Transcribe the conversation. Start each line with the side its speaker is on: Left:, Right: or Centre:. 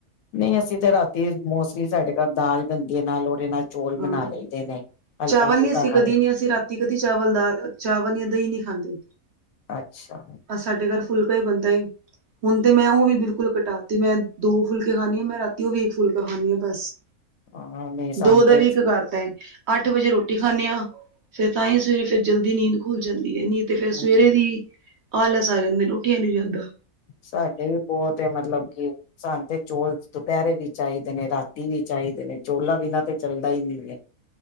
Left: ਨਹੀਂ ਅਸੀਂ ਤੇ ਰਾਤੀ ਮੋਸਟਲੀ ਸਾਡੇ ਘਰ ਦਾਲ ਬਣਦੀਏ ਨਾਲ ਔਦੇ ਨਾਲ ਚੌਲ
Right: ਹਾਂ
Left: ਬਣਾ ਲਈ ਦੇਨੇ, ਹਲਕਾ
Right: ਚਾਵਲ
Left: ਫੁਲਕਾ
Right: ਨੀ ਅਸੀਂ
Left: ਖਾ
Right: ਕਦੀ ਨੀ ਅਸੀਂ ਰਾਤੀ ਕਦੀ ਚਾਵਲ ਦਾ ਚਾਵਲ ਜਾਂ ਦਹੀਂ ਨਹੀਂ ਖਾਂਦੇ
Left: ਅੱਛਾ
Right: ਅ ਸਾਡੇ ਘਰ ਫੁਲ ਕਈ ਬੰਦੇ, ਹੁਣ ਤੇ ਮੈਂ ਉਹ ਵੀ ਬਿਲਕੁਲ ਘਟਾਤੀ, ਮੈਂ ਦੋ ਫੁਲਕੇ ਖਾਂਦੀ ਆ, ਮੈਂ ਰਾਤੀ ਉਹ ਵੀ ਇੱਕ ਫੁਲਕਾ ਖਾਂਦੀ ਆ ਬਸ
Left: ਹਾਂ ਨਹੀਂ, ਸਾਨੂੰ
Right: ਦੋ ਦੇ
Left: ਤੇ
Right: ਵੀ ਇੱਕ ਕਰ ਤੇ। ਅੱਠ ਵਜੇ ਰੋਟੀ ਖਾਂਨੇਂ ਆਂ, ਫੇਰ ਤਾਂ ਹੀ ਸਵੇਰੇ ਫਰ ਜਲਦੀ ਨੀਂਦ ਖੁਲ ਜਾਂਦੀ ਹੈ ਨੀਂਦ, ਤੇ ਫੇਰ
Left: ਹੂੰ
Right: ਸਵੇਰੇ ਦੀ, ਆਲਸ ਆ ਜਾਂਦੇ ਨੇ ਉੱਠਿਆ ਨੀ ਜਾਦਾਂ।
Left: ਸਾਡੇ ਵੀ ਬਹੁਤ ਐ, ਮਤਲਬ ਕੀ ਕਿ ਸਾਨੂੰ ਤੇ ਚੋਲ ਦੁਪਹਿਰੇ ਵੀ ਚਾਹੀਦੇ ਨੇ, ਰਾਤੀ ਵੀ ਚਾਹੀਦੇ ਨੇ, ਚੋਲਾ ਬਿਨਾਂ ਤੇ ਚੱਲਦਾ ਹੀ ਨਹੀਂ ਹੈ।